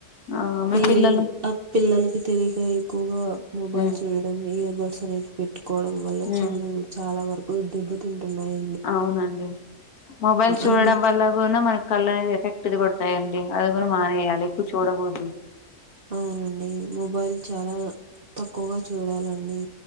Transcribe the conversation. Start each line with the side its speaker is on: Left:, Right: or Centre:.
Left: ఆ మీ
Right: ఈరింగ్
Left: పిల్లలు
Right: ఆ పిల్లలకి తెలిక ఎక్కువగా మొబైల్
Left: ఉమ్
Right: చూడడం ఇయర్ బడ్స్ అనేవి పెట్టుకోవడం వల్ల
Left: ఉమ్
Right: చెవులు చాలా వరకు దెబ్బ తింటున్నాయి
Left: అవునండి మొబైల్ చూడడం
Right: అందు
Left: వల్ల ఉనా మన కళ్లు అనేది ఎఫెక్ట్ది కొడతాయి అండి అది కూడా మానేయాలి ఎక్కువ చూడకూడదు
Right: అవునండి మొబైల్ చాలా తక్కువగా చూడాలండి